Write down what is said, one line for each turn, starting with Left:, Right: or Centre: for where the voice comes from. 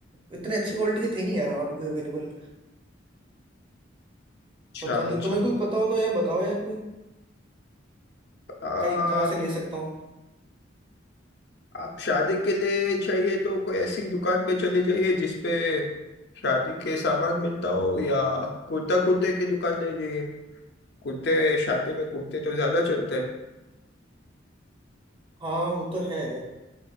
Right: इतने अच्छे क्वालिटी के थे नहीं यार वहाँ पे कोई अवेलेबल
Left: अच्छा
Right: पता नहीं
Left: अच्छा
Right: तुम्हें कोई पता हो तो यार बताओ यार कोई
Left: आ,
Right: कहीं कहाँ से ले सकता हूँ
Left: आप शादी के लिए चाहिए तो कोई ऐसी दुकान पे चले जाइए जिसपे शादी के सामान मिलता हो या कुर्ता कुर्ते की दुकान ले लीजिए कुर्ते शादी में कुर्ते तो ज्यादा चलते हैं
Right: हाँ वो तो है